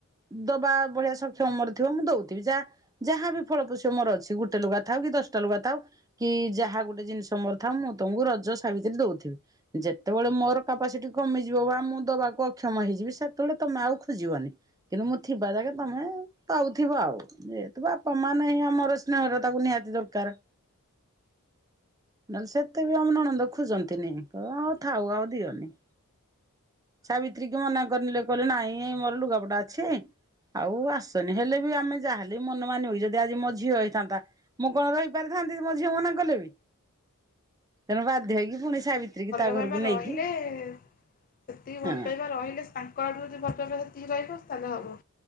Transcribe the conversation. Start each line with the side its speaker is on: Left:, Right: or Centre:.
Right: ଦବା ଭଳିଆ ସକ୍ଷମ ମୋର ଥିବ ମୁଁ ଦଉଥିବି। ଯା ଯାହା ବିି ଫଳପୋଷ୍ୟ ମୋର ଅଛି ଗୋଟେ ଲୁଗା ଥାଉ କି ଦଶଟା ଲୁଗା ଥାଉ କି ଯାହା ଗୋଟେ ଜିନିଷ ମୋର ଥାଉ ମୁଁ ତମକୁ ରଜ ସାବିତ୍ରୀ ଦଉଥିବି। ଯେତେବେଳେ ମୋର କାପାସିଟି କମିଯିବ ବା ମୁଁ ଦବାକୁ ଅକ୍ଷମ ହେଇଯିବି ସେତେବେଳେ ତମେ ଆଉ ଖୋଜିବନି। କିନ୍ତୁ ମୁଁ ଥିବା ଯାକେ ତମେଁ ପାଉଥିବ ଆଉ। ଯେହେତୁ ବାପ, ମା ନାହିଁ ଆମର ସ୍ନେହର ତାକୁ ନିହାତି ଦରକାର। ନହେଲେ ସେତେ ବି ଆମ ନଣନ୍ଦ ଖୁଜନ୍ତିନି। କ-ଅ ଥାଉ ଆଉ ଦିଅନି। ସାବିତ୍ରୀ କି ମନା କରିନେଲେ। କହିଲେ ନାଇଁ ଏ ମୋର ଲୁଗାପଟା ଅଛି। ଆଉ ଆସନି ହେଲେ ବି, ଆମେ ଯାହେଲେ ବି ମନ ମାନିବ କି। ଯଦି ଆଜି ମୋ ଝିଅ ହେଇଥାନ୍ତା। ମୁଁ କଣ ରହି ପାରିଥାନ୍ତି କି, ମୋ ଝିଅ ମନା କଲେ ବି। ତେଣୁ ବାଧ୍ୟ ହେଇକି। ପୁଣି
Left: ସେତିିକି
Right: ସାବିତ୍ରୀ କି
Left: ଭଲ
Right: ତା ଘରକୁ
Left: ପାଇବା ରହିଲେ-ଏ
Right: ନେଇକି
Left: ସେତିକି ଭଲ
Right: ହଁ
Left: ପାଇବା ରହିଲେ, ତାଙ୍କ ଆଡୁ ଯଦି ଭଲ ପାଇବା ସେତିକି ରହିବ ତା ହେଲେ ହବ।